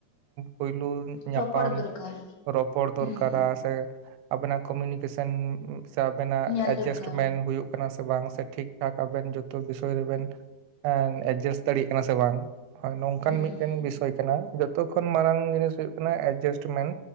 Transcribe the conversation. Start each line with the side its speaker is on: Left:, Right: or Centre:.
Right: ᱯᱳᱭᱞᱩ ᱧᱟᱯᱟᱢ
Left: ᱨᱚᱯᱚᱲ ᱫᱚᱨᱠᱟᱨ
Right: ᱨᱚᱯᱚᱲ ᱫᱚᱨᱠᱟᱨᱟ
Left: ᱦᱩᱸ
Right: ᱥᱮ ᱟᱵᱮᱱᱟᱜ ᱠᱩᱢᱤᱱᱤᱠᱮᱥᱮᱱ ᱥᱮ ᱟᱵᱮᱱᱟᱜ
Left: ᱧᱮᱞ
Right: ᱮᱡᱮᱥᱴᱢᱮᱱ
Left: ᱫᱚᱨᱠᱟᱨ
Right: ᱦᱩᱭᱩᱜ ᱠᱟᱱᱟ ᱥᱮ ᱵᱟᱝ ᱥᱮ ᱴᱷᱤᱠ ᱴᱷᱟᱠ ᱟᱵᱮᱱ ᱡᱩᱛᱚ ᱵᱤᱥᱚᱭ ᱨᱮᱵᱤᱱ <unintelligible> ᱫᱟᱲᱤᱜ ᱠᱟᱱᱟ ᱥᱮ ᱵᱟᱝ ᱦᱚᱭ ᱱᱚᱝᱠᱟᱱ
Left: ᱦᱩᱸ
Right: ᱢᱤᱫᱴᱮᱱ
Left: ᱦᱩᱸ
Right: ᱵᱤᱥᱚᱭ ᱠᱟᱱᱟ ᱛᱚᱠᱷᱚᱱ ᱢᱟᱨᱟᱝ ᱡᱤᱱᱤᱥ ᱦᱩᱭᱩᱜ ᱠᱟᱱᱟ ᱮᱰᱡᱟᱥᱴᱢᱮᱱ